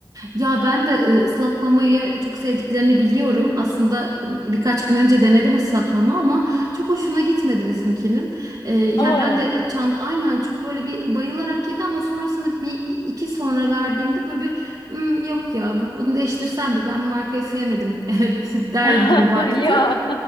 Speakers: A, on the right; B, on the left.
A: Ya ben de e, ıslak mamayı çok sevdiklerini biliyorum. Aslında e, birkaç gün önce denedim ıslak mama ama çok hoşuna gitmedi bizimkinin. E,
B: <laughs>
A: ya
B: Aa
A: ben de çant aynen çok böyle bir bayılarak yedi ama sonrasında bir iki sonra verdiğimde böyle bir "Hmm, yok ya bu- bunu değiştirsem mi ben bu markayı sevmedim <laughs> der
B: <laughs>
A: gibi baktı.
B: ya